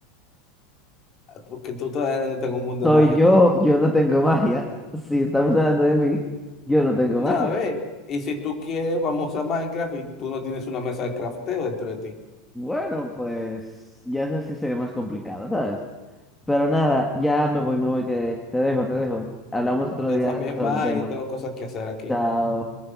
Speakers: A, on the left; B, in the centre.
A: ah, porque tú todavía no tengo un mundo
B: Soy
A: mágico.
B: yo, yo no tengo magia. Si estamos hablando de mí, yo no tengo
A: No,
B: magia.
A: a ver, y si tú quieres, vamos a Minecraft y tú no tienes una mesa de crafteo dentro de ti.
B: Bueno, pues ya eso sí sería más complicado, ¿sabes? Pero nada, ya me voy, me voy, que te dejo, te dejo. Hablamos otro
A: Yo
B: día
A: también
B: sobre
A: va
B: el tema.
A: y tengo cosas que hacer aquí.
B: Chao.